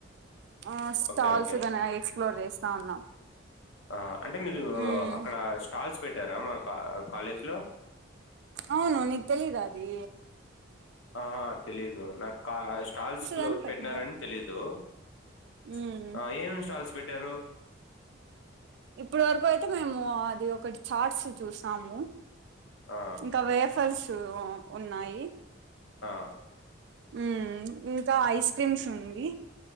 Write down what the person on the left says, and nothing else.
ఓకే ఓకే
ఆ అంటే మీరు
అక్కడ స్టాల్స్ పెట్టారా? మా కాలేజ్ లో
ఆహా తెలీదు. నాకా స్టాల్స్ క్లో
పెట్నారని తెలీదు. ప్చ్
ఆ ఏమేం స్టాల్స్ పెట్టారు?
ఆ
ఆ